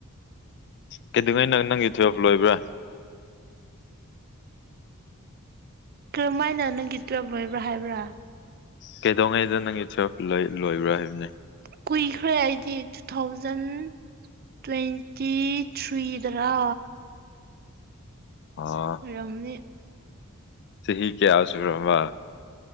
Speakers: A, on the left (about 50°); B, on the right (about 45°).
A: ꯀꯩꯗꯧꯉꯩ ꯅ‌ꯣ ꯅꯪꯒꯤ ꯇꯨꯑ‌ꯦꯚ ꯂꯣꯏꯕꯔꯥ
B: ꯀꯔꯝꯃꯥꯏ ꯅ ꯅꯪꯒꯤ ꯇꯨꯋꯦꯜꯕ ꯂ‌ꯣꯏꯕ꯭ꯔꯥ ꯍꯥꯏꯕ꯭ꯔꯥ
A: ꯀꯩꯗꯧꯉꯩꯗ ꯅꯪꯒꯤ ꯇ‌ꯨꯑꯦꯚ ꯂꯣꯏꯕ꯭ꯔꯥ ꯍꯥꯏꯕꯅꯤ
B: ꯀꯨꯏꯈ꯭ꯔꯦ ꯑꯩꯗꯤ ꯇꯨ ꯊꯥꯎꯖꯟ ꯇ꯭ꯋꯦꯟꯇꯤ ꯊ꯭ꯔꯤꯗ ꯔꯥ
A: ꯑꯣ
B: ꯑꯣꯏꯔꯝꯅꯤ
A: ꯆꯍꯤ ꯀꯌꯥ ꯁꯨꯔꯕ